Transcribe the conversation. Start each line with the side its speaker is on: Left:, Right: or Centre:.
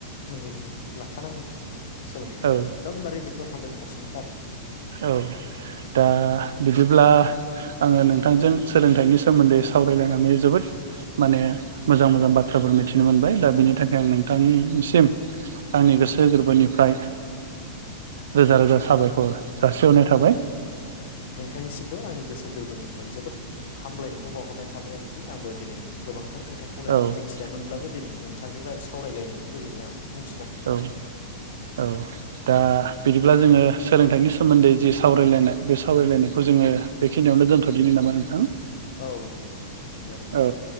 Left: नंगौ नंगौ लाखानांगोन जों सोलोंथाइखौ
Right: औ
Left: एकदमबारे थ' हानद्रेद पार्सेन्ट खारो
Right: औ दा बिदिब्ला आङो नोंथांजों सोलोंथाइनि सोमोन्दै सावरायलायनानै जोबोद माने मोजां मोजां बाथ्राफोर मिथिनो मोनबाय दा बिनि थाखाय आं नोंथांसिम आंनि गोसो गोरबोनिफ्राय रोजा रोजा साबायखर जाासिहनाय थाबाय
Left: नोंथांनिसिमबो आंनि गोसो गोरबोनिफ्राय जोबोद हामलायनायखौ बावहरनाय थाबाय आरोखि आंबो दिनै गोबांथार खोथाखौनो
Right: औ
Left: मिथियामोनब्लाबो दिनै नों बिथांजों सावरायलायनायनि गेजेरजों आं मिथि
Right: औ औ दा बिदिब्ला जोङो सोलोंथाइनि सोमोन्दै जि सावरायलायनाय बे सावरायलायनायखौ जोङो बेखिनियावनो दोन्थ'दिनो नामा नोंथां
Left: औ दे दे दे नोंथां जागोन दे
Right: औ